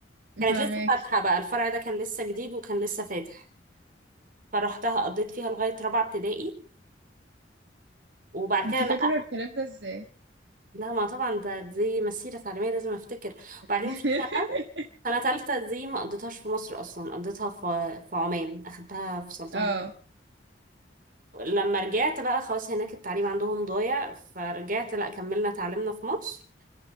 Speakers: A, on the right; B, on the right.
A: كانت
B: فاهماكي
A: لسه فاتحة بقى الفرع ده كان لسه جديد وكان لسه فاتح فروحتها قضيت فيها لغاية رابعة ابتدائي وبعد
B: انت
A: كده نقلت
B: فاكرة الكلام ده ازاي
A: لا ما طبعا ده دي مسيرة تعليمية لازم افتكر وبعدين
B: <laughs>
A: في سنة سنة تالتة دي ما قضيتهاش في مصر أصلا قضيتها في في عمان أخدتها في سلطنة
B: اه
A: لما رجعت بقى خلاص هناك التعليم عندهم ضايع فرجعت لا كملنا تعليمنا في مصر